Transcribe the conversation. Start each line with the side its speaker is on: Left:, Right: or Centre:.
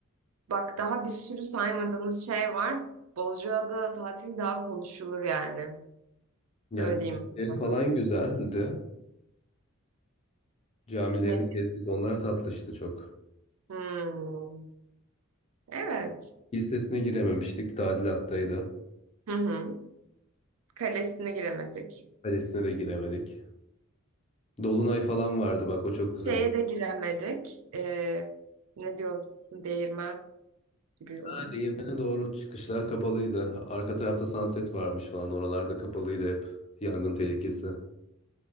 Right: Bak daha bir sürü saymadığımız şey var. Bozcaada tatil daha konuşulur yani.
Left: Yani
Right: Öyle diyeyim
Left: camileri
Right: sana.
Left: falan güzeldi. Camilerini
Right: Ne?
Left: gezdik. Onlar tatlıştı çok.
Right: Hmm, evet.
Left: Kilisesine girememiştik. Tadilattaydı.
Right: Hı hı. Kalesine giremedik.
Left: Kalesine de giremedik. Dolunay falan vardı bak o çok güzeldi.
Right: Şeye de giremedik. Ee, ne diyorsun? Değirmen gibi
Left: Ha,
Right: olan.
Left: Değirmene doğru çıkışlar kapalıydı. Arka tarafta sunset varmış falan. Oralarda kapalıydı hep. Yangın tehlikesi